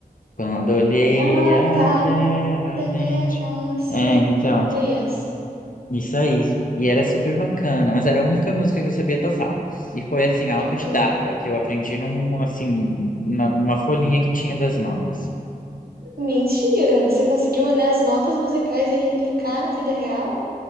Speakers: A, on the left; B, on the right.
A: Quando olhei
B: Ah,
A: a
B: tá.
A: terra
B: terra
A: ardente.
B: cicatriz.
A: É, então, isso aí. E era super bacana, mas era a única música que eu sabia tocar. E foi assim, autodidata,
B: Hum,
A: que eu aprendi num, assim, na- numa folhinha que tinha das notas.
B: Mentira, você conseguiu olhar as notas musicais e replicar na vida real?